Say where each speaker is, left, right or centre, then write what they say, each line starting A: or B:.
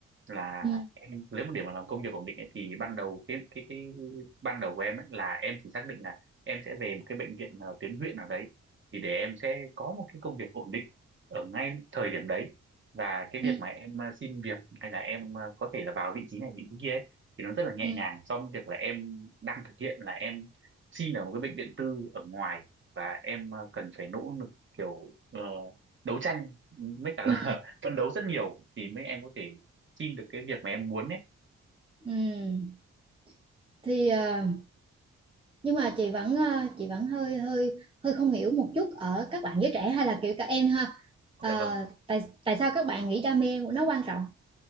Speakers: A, on the right; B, on the right.
A: là
B: Ừ.
A: em nếu mà để mà làm công việc ổn định ấy, thì ban đầu cái cái cái ban đầu của em ấy, là em chỉ xác định là em sẽ về một cái bệnh viện ờ, tuyến huyện nào đấy thì để em sẽ có một cái công việc ổn định ở ngay thời điểm đấy và cái
B: Ừ.
A: việc mà em ờ, xin việc hay là em ờ, có thể là vào vị trí này vị trí kia ấy, thì nó rất là nhẹ
B: Ừ,
A: nhàng so với việc là em đang thực hiện là em xin ở một cái bệnh viện tư ở ngoài và em ờ, cần phải nỗ lực kiểu ờ, đấu tranh với cả là
B: ừ,
A: <laughs> phấn đấu rất nhiều thì mới em có thể xin được cái việc mà em muốn ấy
B: ừ. Thì à, nhưng mà chị vẫn à, chị vẫn hơi hơi hơi không hiểu một chút ở các bạn giới trẻ hay là kiểu các em ha. À,
A: dạ vâng
B: tại tại sao các bạn nghĩ đam mê nó quan trọng?